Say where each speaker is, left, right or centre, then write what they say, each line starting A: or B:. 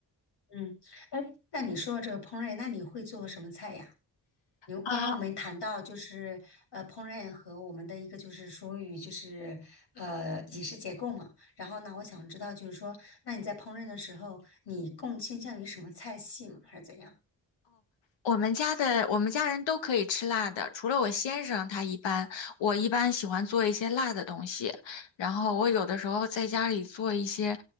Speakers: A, on the left; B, on the left.
A: 嗯，哎，那你说到这个烹饪，那你会做什么菜呀？有，
B: 啊。
A: 刚刚我们谈到就是呃烹饪和我们的一个就是属于就是呃饮食结构嘛，然后呢，我想知道就是说，那你在烹饪的时候，你更倾向于什么菜系嘛还是怎样？
B: 我们家的我们家人都可以吃辣的，除了我先生，他一般我一般喜欢做一些辣的东西，然后我有的时候在家里做一些